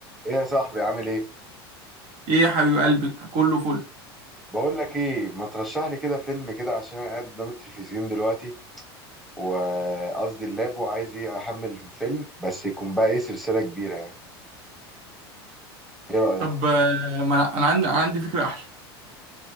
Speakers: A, in the centre; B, on the right.
A: ايه يا صاحبي عامل ايه
B: ايه يا حبيب قلبي كله فل
A: بقول لك ايه ما ترشح لي كده فيلم كده عشان انا قاعد قدام التلفزيون دلوقتي وقصدي اللاب وعايز ايه احمل فيلم بس يكون بقى ايه سلسلة كبيرة يعني ايه رأيك
B: طب آه، ما انا أنا عندي أنا عندي فكره احلى